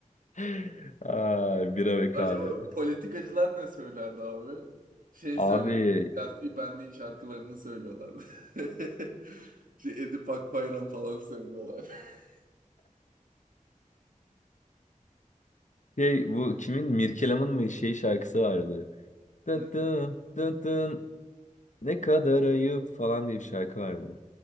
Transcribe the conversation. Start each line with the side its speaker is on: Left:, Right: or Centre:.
Left: <laughs> Ay bira ve
Right: Acaba
Left: kahve.
Right: politikacılar ne söylerdi abi? Şey
Left: Abi
Right: söylüyordu. Siyasi Bendi'nin şarkılarını söylüyorlardı. <laughs> Şey, Edip Akbayram falan söylüyorlar. <laughs>
Left: şey bu kimin Mirkelam'ın mı şey şarkısı vardı. Tın
Right: Ne?
Left: tın tın tın ne kadar ayıp falan diye bir şarkı vardı.